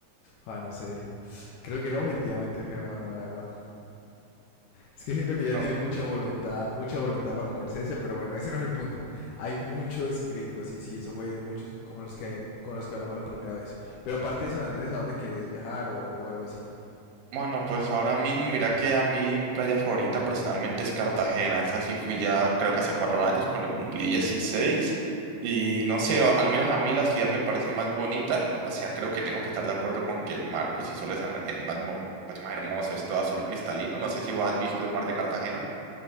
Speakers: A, on the left (about 75°); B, on the right (about 80°).
A: ah, no sé. Creo que era objetivamente feo, mano, la verdad. Es que siento que ya
B: No.
A: tiene mucha voluntad, mucha voluntad para comerse ese, pero bueno, ese no es el punto. Hay muchos gringos, y sí, eso fue muchos como los que con los que hablamos la primera vez. Pero aparte de San Andrés, ¿a dónde quieres viajar o, o algo así?
B: Bueno, pues ahora mismo, mira que a mí mi playa favorita personalmente es Cartagena. Esa sí fui ya creo que hace cuatro años cuando cumplí 16. Y no sé, a- al menos a mí la ciudad me parece más bonita. O sea, creo que tengo que estar de acuerdo con que el mar por sí solo es Andrés, más, bo- pues, más hermoso, es todo azul cristalino. No sé si vos has visto el mar de Cartagena.